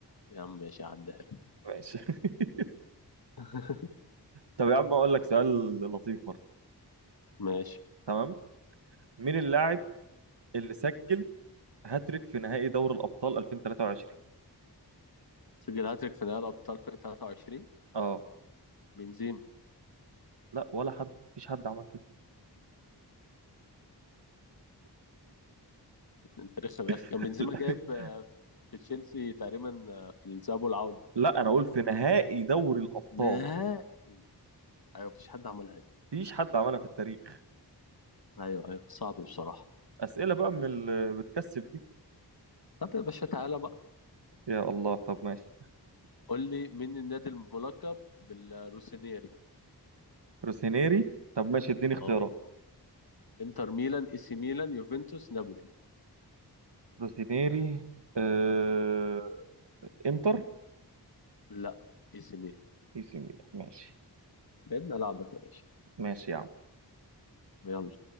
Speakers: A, on the left; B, on the right.
A: يا عم ماشي عدها لك
B: ماشي <laughs>
A: <laughs>
B: طب يا عم اقول لك سؤال لطيف برضه
A: ماشي
B: تمام مين اللاعب اللي سجل هاتريك في نهائي دوري الابطال 2023
A: سجل هاتريك في نهائي الابطال في 2023
B: اه
A: بنزيما
B: لا ولا حد مفيش حد عمل كده
A: انت لسه ما عرفت.
B: <laughs>
A: كان بنزيما جايب آه، في تشيلسي تقريبا آه، في الذهاب والعودة
B: لا انا اقول في نهائي دوري الابطال
A: نهائي ايوه مفيش حد عملها
B: مفيش حد عملها في التاريخ
A: ايوه ايوه صعب بصراحة
B: اسئله بقى من اللي بتكسب دي
A: طب يا باشا تعالى بقى
B: يا الله طب ماشي
A: قول لي مين النادي الملقب بالروسينيري
B: روسينيري طب ماشي اديني اختيارات
A: اه انتر ميلان اي سي ميلان يوفنتوس نابولي
B: روسينيري آه... انتر
A: لا اي سي ميلان
B: اي سي ميلان ماشي
A: لعبنا لعبك يا باشا
B: ماشي يا عم
A: يلا